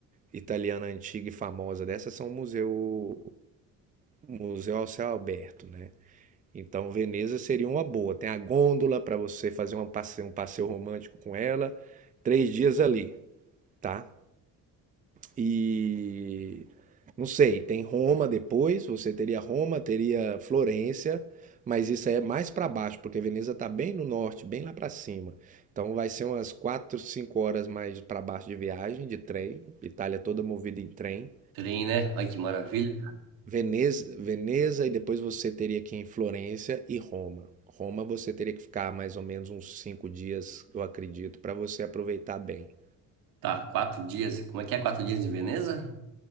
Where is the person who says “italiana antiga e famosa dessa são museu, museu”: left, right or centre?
Right